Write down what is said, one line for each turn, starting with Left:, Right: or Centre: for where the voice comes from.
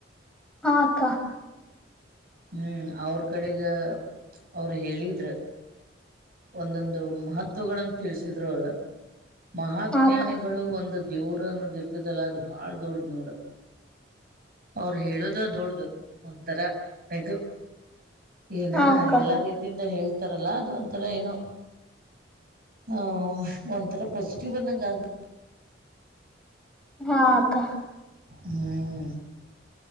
Centre: ಹಾಕ್ಕ
Right: ಹ್ಮ್ ಅವ್ರ ಕಡೆಗ ಅವರು ಹೇಳಿದ್ರ ಒಂದೊಂದು ಮಹತ್ವಗಳನ್ನ ತಿಳಸಿದ್ರು ಮಹಾಜ್ಞಾನಿಗಳು
Centre: ಹಾ ಅಕ್ಕ
Right: ಒಂದು ದೇವರ ಅನ್ನೋದು ಇರ್ತದಲ್ಲ ಅದು ಬಾಳ್ ದೊಡ್ದ್ ನೋಡ ಅವರು ಹೇಳುದ ದೊಡ್ದ ಒಂಥರ ಇದು ಏನ
Centre: ಹಾ ಅಕ್ಕ
Right: ಎಲ್ಲಾ ರೀತಿಯಿಂದ ಹೇಳ್ತಾರಲ್ಲಾ ಅದು ಒಂತ ತರ ಏನೋ ಆ ಒಂತಾರ ಪಾಸಿಟಿವ್ ಬಂದಂಗ ಆಗ್ಬ
Centre: ಹಾ ಅಕ್ಕ
Right: ಹ್ಮ್